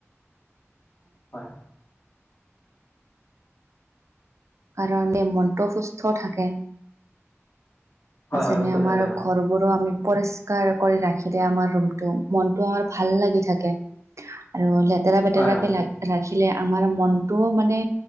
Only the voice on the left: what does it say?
হয়।
হয়
হয় সুস্থ
থাকে হয়
হয় হয়